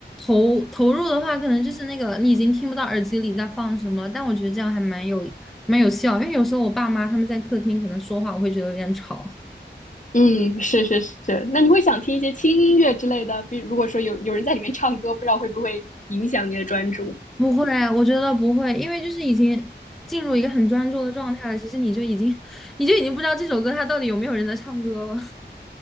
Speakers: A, in the centre; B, on the left.
A: 投投入的话，可能就是那个你已经听不到耳机里在放什么了但我觉得这样还蛮有蛮有效，因为有时候我爸妈他们在客厅可能说话，我会觉得有点吵。
B: 嗯，是是是。那你会想听一些轻音乐之类的？比如果说有有人在里面唱歌，不知道会不会影响你的专注？
A: 不会，我觉得不会，因为就是已经进入一个很专注的状态了，其实你就已经 <laughs> 你就已经不知道这首歌它到底有没有人在唱歌了。